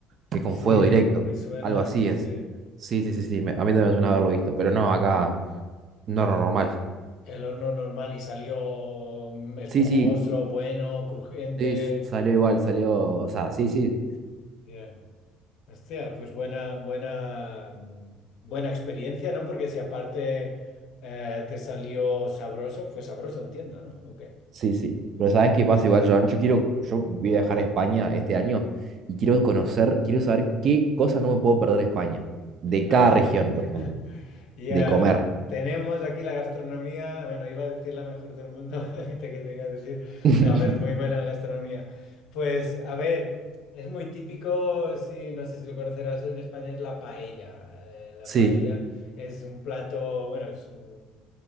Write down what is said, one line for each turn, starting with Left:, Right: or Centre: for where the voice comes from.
Right: que con
Left: Sí,
Right: fuego directo.
Left: me suena,
Right: Algo así es.
Left: sí. eh.
Right: Sí, sí, sí, sí. me- a mí también me suena haberlo visto, pero no, acá no era normal.
Left: El horno normal y salió mm, esponjoso,
Right: Sí, sí,
Left: bueno, crujiente.
Right: sí, s- salió igual, salió, o sea, sí, sí,
Left: Yeah. Hostia, pues buena, buena, mm, buena experiencia, ¿no? Porque si aparte eh, te salió sabroso, fue sabroso, entiendo, ¿no? Ok.
Right: sí, sí. Pero ¿sabes qué pasa igual, Joan? Yo quiero, yo voy a viajar a España este año y quiero conocer, quiero saber qué cosas no me puedo perder de España. De
Left: Ajá.
Right: cada región,
Left: <laughs>
Right: por ejemplo.
Left: Ya,
Right: De comer.
Left: Tenemos aquí la gastronomía, bueno, iba a decir la mejor del mundo <laughs> y te quería decir,
Right: <laughs>
Left: no, pero es muy buena la gastronomía. Pues, a ver, es muy típico, si no sé si lo conocerás en España, es la paella. Eh, La
Right: Sí.
Left: paella es un plato, bueno, es un